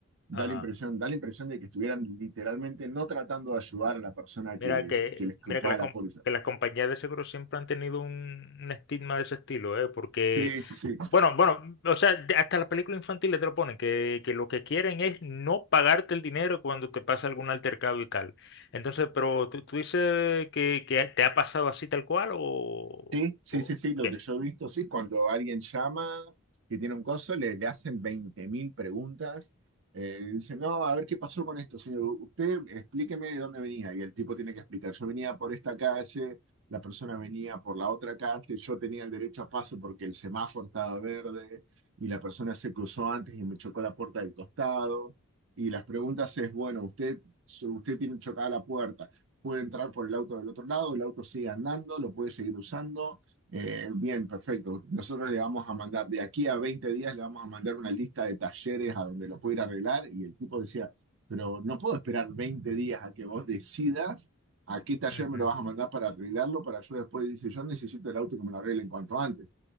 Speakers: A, on the right (about 60°); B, on the left (about 50°).
A: da
B: Ajá.
A: la impresión, da la impresión de que estuvieran literalmente no tratando de ayudar a la persona que,
B: Mira que,
A: que les escapaba
B: mira que, la
A: la
B: com-
A: póliza.
B: que las compañías de seguros siempre han tenido un, un estigma de ese estilo, ¿eh? Porque,
A: Sí, sí, sí.
B: bueno, bueno, o sea, de- hasta las películas infantiles te lo ponen, que, que lo que quieren es no pagarte el dinero cuando te pasa algún altercado y tal. Entonces, pero tú, tú dices que, que te ha pasado así tal cual o,
A: Sí, sí,
B: o
A: sí, sí, lo
B: qué?
A: que yo he visto, sí, cuando alguien llama, que tiene un coso, le, le hacen 20.000 preguntas. Eh, dice, no, a ver qué pasó con esto, señor. Usted explíqueme de dónde venía. Y el tipo tiene que explicar. Yo venía por esta calle, la persona venía por la otra calle, yo tenía el derecho a paso porque el semáforo estaba verde y la persona se cruzó antes y me chocó la puerta del costado. Y las preguntas es, bueno, usted, usted tiene chocada la puerta puede entrar por el auto del otro lado, el auto sigue andando, lo puede seguir usando. Eh, bien, perfecto. Nosotros le vamos a mandar, de aquí a 20 días, le vamos a mandar una lista de talleres a donde lo puede ir a arreglar. Y el tipo decía, pero no puedo esperar 20 días a que vos decidas a qué taller
B: Ujú.
A: me lo vas a mandar para arreglarlo, para yo después dice, yo necesito el auto que me lo arreglen cuanto antes.